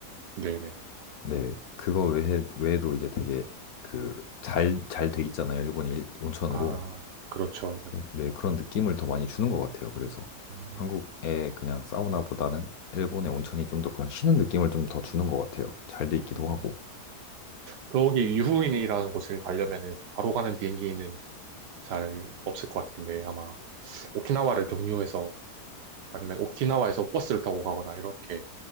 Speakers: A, on the right (about 85°); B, on the left (about 65°).
A: 네네.
B: 네, 그거 외에, 외에도 이제 되게 그 잘, 잘 돼 있잖아요. 일본이 일- 온천으로.
A: 아, 그렇죠.
B: 그-
A: 네.
B: 네, 그런 느낌을 더 많이 주는 것 같아요. 그래서
A: 음,
B: 한국의 그냥 사우나보다는 일본의 온천이 좀 더 그런 쉬는 느낌을 좀 더 주는 것 같아요. 잘 돼 있기도
A: 음.
B: 하고.
A: 그 거기 유후인이라는 곳을 가려면은 바로 가는 비행기는 잘 없을 것 같은데, 아마 오키나와를 경유해서, 아니면 오키나와에서 버스를 타고 가거나 이렇게